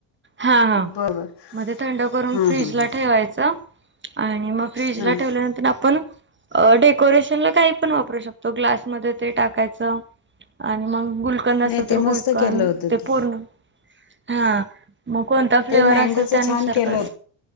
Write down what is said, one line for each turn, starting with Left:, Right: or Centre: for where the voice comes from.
Right: हा हा
Left: बरोबर
Right: म ते थंड करून
Left: हां
Right: फ्रीज
Left: हां
Right: ला
Left: हां
Right: ठेवायचा. आणि मग फ्रीज
Left: हां
Right: ला ठेवल्यानंतर आपण अ डेकोरेशनला काही पण वापरू शकतो ग्लासमध्ये ते टाकायचं आणि मग गुलकंद असल
Left: नाही ते
Right: तर
Left: मस्त
Right: गुलकंद
Left: केलं होतं
Right: ते
Left: तू
Right: पूर्ण हा. मग कोणता फ्लेवर
Left: ते मँगोचं
Right: असेल त्यानुसार
Left: छान केलं
Right: कराय